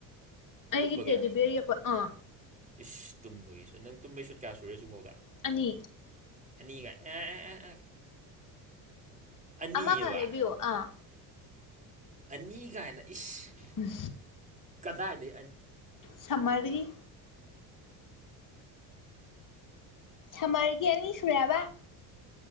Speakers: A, on the left (about 40°); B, on the right (about 15°).
A: ꯑꯩꯒꯤ
B: ꯇꯨꯝꯕꯒꯦ
A: ꯇꯦꯗꯤꯕꯤꯌꯔ ꯌꯦꯛꯄ ꯑꯥ
B: ꯏꯁ ꯇꯨꯝꯕꯒꯤꯁꯨ ꯅꯪ ꯇꯨꯝꯕꯩꯁꯨꯨ ꯀꯌꯥ ꯁꯨꯔꯁꯨ ꯐꯥꯎꯗ
A: ꯑꯅꯤ
B: ꯅꯤꯒ ꯑꯦ ꯑꯦ ꯑꯦ ꯑꯦ ꯑꯅꯤꯑꯕ
A: ꯑ ꯀ ꯂꯩꯕꯤꯌꯣ ꯑꯥ
B: ꯑꯅꯤ ꯀꯥꯏꯅ ꯏꯁ
A: ꯎꯝ
B: ꯀꯗꯥ ꯍꯥꯏꯗ
A: ꯁꯝꯃꯔꯒꯤ ꯁꯝꯃꯔꯒꯤ ꯑꯅꯤ ꯁꯔꯕ